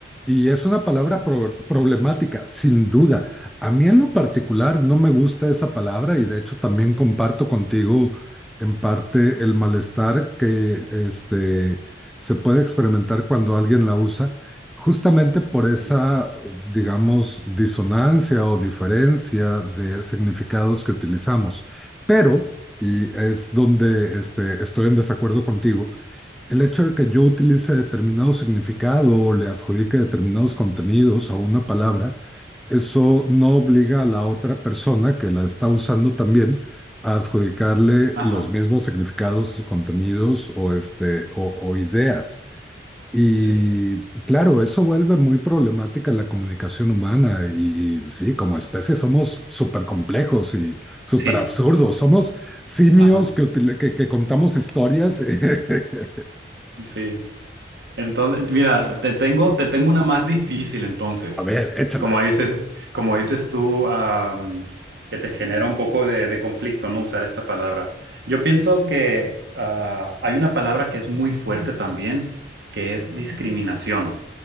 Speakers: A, in the centre; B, on the right.
A: Y es una palabra pro- problemática, sin duda. A mí en lo particular no me gusta esa palabra y de hecho también comparto contigo en parte el malestar que este, se puede experimentar cuando alguien la usa, justamente por esa,
B: sí,
A: digamos, disonancia o diferencia de significados que utilizamos. Pero, y es donde este, estoy en desacuerdo contigo, el hecho de que yo utilice determinado significado o le adjudique determinados contenidos a una palabra, eso no obliga a la otra persona que la está usando también a adjudicarle
B: ajá,
A: los mismos significados, contenidos o, este, o, o ideas. Y
B: sí,
A: claro, eso vuelve muy problemática la comunicación humana y sí, como especie somos súper complejos y súper
B: sí,
A: absurdos. Somos simios
B: ajá,
A: que, utili- que, que contamos historias <laughs>
B: sí. Entonces, mira, te tengo, te tengo una más difícil entonces.
A: A ver, échala.
B: Como dices, como dices tú, am, que te genera un poco de, de conflicto no usar esta palabra. Yo pienso que ah, hay una palabra que es muy fuerte también, que es discriminación.